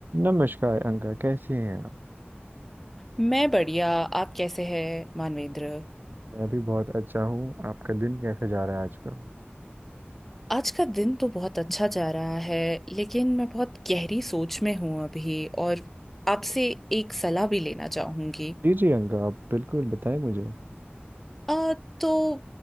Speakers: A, on the right (about 55°); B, in the centre.
A: नमस्कार अंका कैसी हैं आप
B: मैं बढ़िया आप कैसे हैं मानवेंद्र
A: मैं भी बहुत अच्छा हूँ आपका दिन कैसा जा रहा है आज का
B: आज का दिन तो बहुत अच्छा जा रहा है लेकिन मैं बहुत गहरी सोच में हूँ अभी और आपसे एक सलाह भी लेना चाहूँगी
A: जी जी अंका आप बिल्कुल बताएं मुझे
B: आ, तो